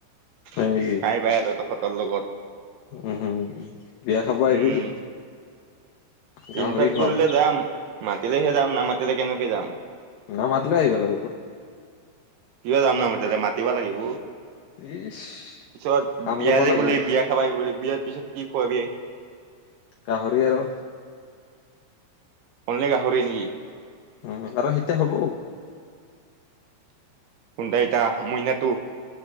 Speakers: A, on the right; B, on the left.
A: খাই
B: হয় নেকি
A: পাই আৰু তহঁতৰ লগত
B: উম হম বিয়া খাব আহিবি
A: উম
B: গাহৰি
A: ইনভাইট
B: খুৱাম
A: কৰিলে যাম মাতিলেহে যাম নামাতিলে কেনেকে যাম
B: নামা মাতিলে আহিবালে ক
A: কিয় যাম না মাতিলে মাতিবা লাগিব তাৰ
B: ইচ
A: পিছত
B: কাম
A: বিয়া
B: কৰবা
A: যে
B: লাগব
A: গলে বিয়া খাব আহিব বিয়াত তাৰ পিছত কি খোৱাবি?
B: গাহৰি আৰু
A: অনলি গাহৰি নেকি?
B: উ আৰু এতিয়া হব
A: কোনড এতা মইনাটো